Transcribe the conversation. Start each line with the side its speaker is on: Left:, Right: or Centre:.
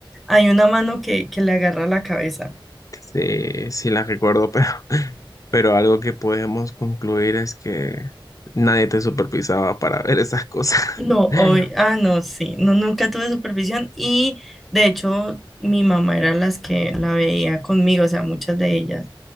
Centre: hay una mano que, que le agarra la cabeza.
Left: Sí, sí las recuerdo, pero, <laughs> pero algo que podemos concluir es que nadie te supervisaba para ver esas cosas.
Centre: No,
Left: <laughs>
Centre: hoy, ah, no, sí, no, nunca tuve supervisión y de hecho mi mamá era las que la veía conmigo, o sea, muchas de ellas.